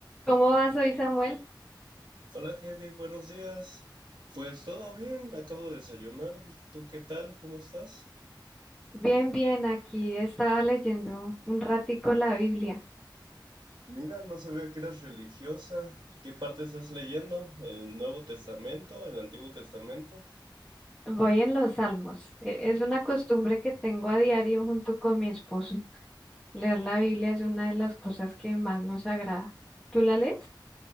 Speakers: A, in the centre; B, on the right.
A: ¿Cómo vas hoy, Samuel?
B: Hola, Heidi, buenos días. Pues todo bien, acabo de desayunar. ¿Tú qué tal? ¿Cómo estás?
A: Bien, bien, aquí estaba leyendo un ratico la Biblia.
B: Mira, no sabía que eras religiosa. ¿Qué parte estás leyendo? ¿El Nuevo Testamento? ¿El Antiguo Testamento?
A: Voy en los Salmos. E- Es una costumbre que tengo a diario junto con mi esposo. Leer la Biblia es una de las cosas que más nos agrada. ¿Tú la lees?